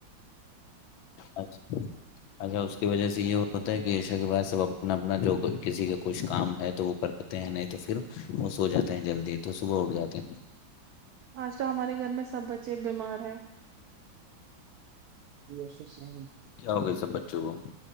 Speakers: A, on the left; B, on the right.
A: اچھا
B: <inaudible>
A: اچھا اس کی وجہ سے یہ ہوتا ہے کہ ایشا کے بعد سب اپنا اپنا جو کسی کا کچھ کام ہے تو وہ کر ہوتے ہیں نہیں تو پھر وہ سو جاتے ہیں جلدی تو صبح اٹھ جاتے ہیں
B: آج تو ہمارے گھر میں سب بچے بیمار ہے یہیش سرامن
A: کیا ہوگا سب بچوں کو